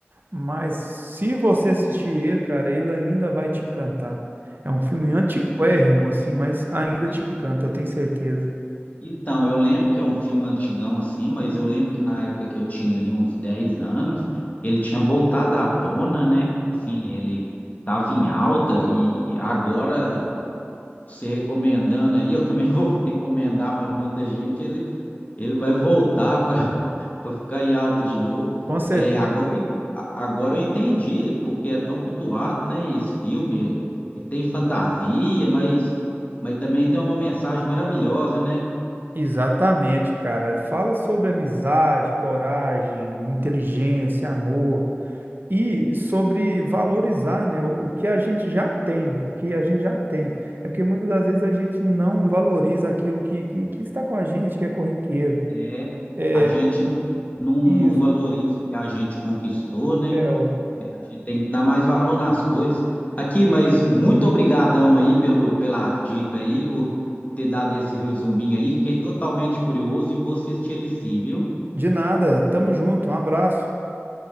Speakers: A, on the right; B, on the left.
A: Mas se você assistir ele, cara, ele ainda vai te encantar. É um filme antiquérrimo, assim, mas ainda
B: E-
A: te encanta, eu tenho certeza.
B: Então, eu lembro que é um filme antigão assim, mas eu lembro que na época que eu tinha ali uns 10 anos, ele tinha voltado à tona, né? Assim, ele estava em alta e agora você recomendando aí, <laughs> eu também vou <laughs> recomendar para muita gente, ele, ele vai voltar para <laughs> ficar em alta de novo.
A: Com certeza.
B: É, agora, eu en- a- agora eu entendi porque é tão cultuado, né? Esse filme, é- é, tem fantasia, mas, mas também tem uma mensagem maravilhosa, né?
A: Exatamente, cara. Fala sobre amizade, coragem, inteligência, amor e sobre valorizar, né, o o que a gente já tem, o que a gente já tem. É porque muitas das vezes a gente não valoriza aquilo que, que, que está com a gente, que é corriqueiro.
B: É,
A: É
B: a gente não, não,
A: isso.
B: não valoriza o que a gente conquistou, né?
A: É, ué.
B: É, a gente tem que dar mais valor nas coisas. Aqui, mas muito obrigadão aí pelo, pelas dicas aí, por ter dado esse resuminho aí. Fiquei totalmente curioso e vou assistir ele sim, viu?
A: de nada. Tamo junto. Um abraço.